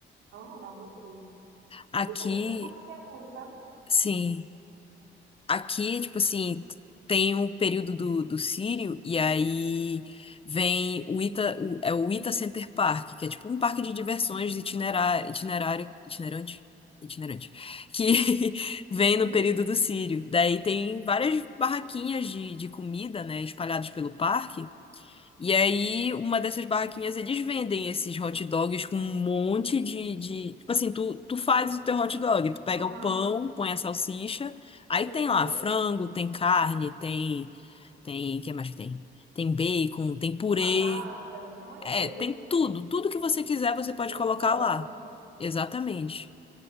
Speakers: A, on the right; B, on the left.
A: Ah, mas gostoso.
B: Aqui.
A: Tipo, não tem como ser ruim, sabe?
B: Sim. Aqui, tipo assim, t- tem o período do, do Círio, e aí vem o Ita, o- é o Ita Center Park, que é tipo um parque de diversões itinerário, itinerário, itinerante, itinerante, que <laughs> vem
A: Uhum.
B: no período do Círio. Daí tem várias barraquinhas de, de comida, né, espalhadas pelo parque. E aí, uma dessas barraquinhas, eles vendem esses hot dogs com um monte de, de... Tipo assim, tu, tu faz o teu hot dog, tu pega
A: Aham.
B: o pão, põe a salsicha, aí
A: Sei
B: tem
A: como
B: lá
A: que
B: frango,
A: é.
B: tem carne, tem... Tem... O que mais que tem? Tem bacon, tem purê.
A: Uva passa, tem um monte
B: É,
A: de coisa,
B: tem
A: né?
B: tudo. Tudo que você quiser, você pode
A: Ovo
B: colocar
A: de codorna.
B: lá. Exatamente.